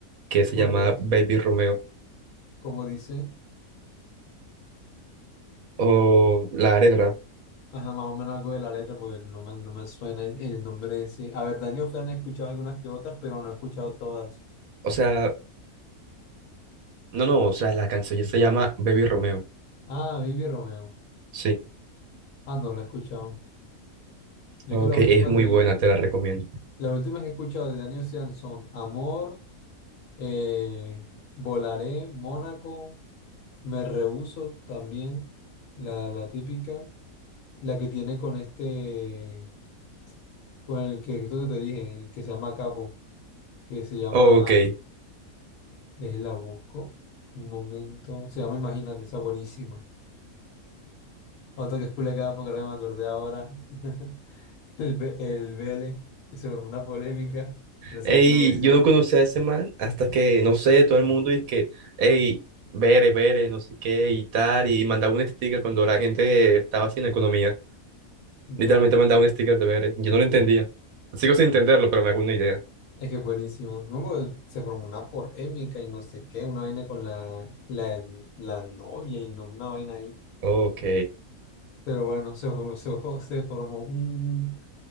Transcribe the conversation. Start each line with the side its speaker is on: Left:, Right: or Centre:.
Right: que se
Left: ¿cuál
Right: llama
Left: es?
Right: Baby Romeo
Left: Como dice?
Right: o la letra,
Left: Ajá, más o menos algo de la letra, porque no me, no me suena el, el nombre ese. A ver, Daniel Fran he escuchado algunas que otras, pero no he escuchado todas.
Right: o sea, no, no, o sea, la canción ya se llama Baby Romeo,
Left: Ah, Baby Romeo.
Right: sí,
Left: Ah, no, la he escuchado. Yo
Right: ok,
Left: es que las últimas
Right: es muy
Left: de,
Right: buena, te la recomiendo.
Left: las últimas que he escuchado de Daniel Ocean son Amor, eh, Volaré, Mónaco, Me Rehuso también, la, la típica, la que tiene con este, con el que, esto que te dije, el que se llama Capo, que se llama...
Right: Ok,
Left: Déjela busco. Un momento. Se llama Imagínate, está buenísima. Otro que es culecada porque ahora me acordé ahora. <laughs> El, Ve- el Vélez. Y se formó una polémica, pero sigue
Right: ey,
Left: siendo buenísimo.
Right: yo no conocía a ese man hasta que, no sé, todo el mundo dice que, ey, Bere, Bere, no sé qué y tal, y mandaba un sticker cuando la gente estaba haciendo economía.
Left: Ya.
Right: Literalmente me mandaba un sticker de ver, Yo no lo entendía. Sigo sin entenderlo, pero me hago una idea.
Left: Es que es buenísimo. No, porque se formó una polémica y no sé qué, una vaina con la, la, la novia y no una vaina ahí.
Right: Ok,
Left: Pero bueno, se, fo- se, fo- se formó un,